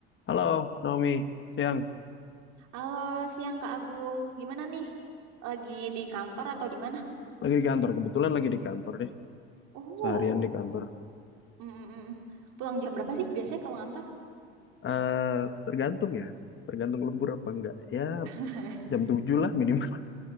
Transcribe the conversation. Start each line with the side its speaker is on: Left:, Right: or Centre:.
Left: Halo, Naomi. Siang.
Right: Halo, siang Kak Agung. Gimana nih? Lagi di kantor atau di mana?
Left: Lagi di kantor. Kebetulan lagi di kantor deh.
Right: Oh,
Left: Seharian di kantor.
Right: mm, mm, mm. Pulang jam berapa sih biasanya kalau ngantor?
Left: eh tergantung ya. Tergantung lembur apa enggak. Ya,
Right: <laughs>
Left: jam 7 lah minimal.